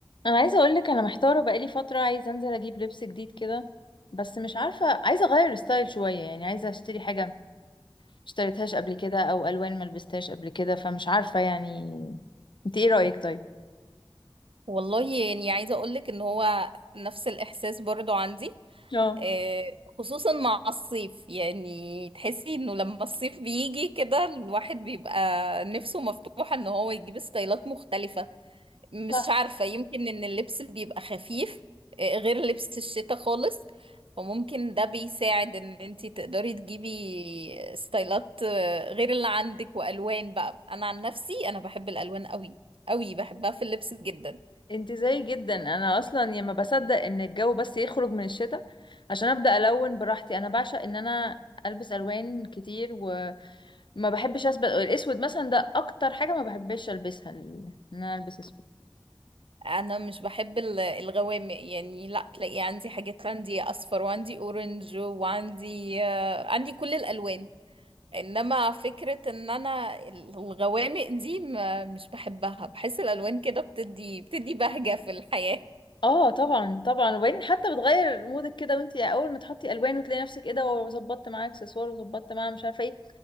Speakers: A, on the left; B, on the right.
A: انا عايزه اقول لك انا محتاره بقالي فتره عايزه انزل اجيب لبس جديد كده بس مش عارفه عايزه اغير ستايل شويه يعني عايزه اشتري حاجه ما اشتريتهاش قبل كده او الوان ما لبستهاش قبل كده فمش عارفه يعني انت ايه رايك طيب
B: والله يعني عايزة أقولك إن هو نفس الإحساس برضو عندي
A: اه
B: آه، خصوصا مع الصيف يعني تحسي إنه لما الصيف بيجي كده الواحد بيبقى نفسه مفتوحة إن هو يجيب ستايلات مختلفة مش
A: صح
B: عارفة يمكن إن اللبس بيبقى خفيف آه، غير لبس الشتاء خالص فممكن ده بيساعد إن انتي تقدري تجيبي ستايلات آه، غير اللي عندك وألوان بقى أنا عن نفسي أنا بحب الألوان قوي قوي بحبها في اللبس جدا
A: انت زي جدا انا اصلا يا ما بصدق ان الجو بس يخرج من الشتاء عشان ابدا الون براحتي انا بعشق ان انا البس الوان كتير وما بحبش اسبق الاسود مثلا ده اكتر حاجه ما بحبش البسها ال- ان انا البس اسود
B: انا مش بحب ال- الغوامق يعني لا تلاقي عندي حاجات عندي اصفر وعندي اورنج وعندي آه، عندي كل الالوان انما فكرة ان انا ال- الغوامق دي ما- مش بحبها بحس الالوان كده بتدي بتدي بهجة في الحياة
A: اه طبعا طبعا وبعدين حتى بتغير مودك كده وانتي اول ما تحطي الوان وتلاقي نفسك ايه ده وظبطت معاه اكسسوار وظبطت معاه مش عارفه ايه